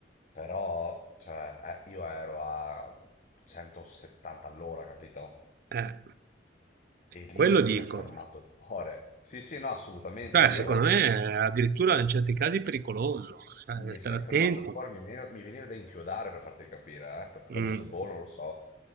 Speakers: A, on the left; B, on the right.
A: Però, cioè, eh, io ero a 170 all'ora, capito?
B: eh,
A: E lì
B: quello
A: mi
B: dico.
A: si è fermato il cuore. Sì, sì, no, assolutamente.
B: Cioè,
A: Io
B: secondo me è addirittura in certi casi pericoloso, cioè,
A: mi
B: da stare
A: si è
B: attenti.
A: fermato il cuore, mi veniva, mi veniva da inchiodare per farti capire, eh, perché
B: Mm.
A: ho detto, boh, non lo so.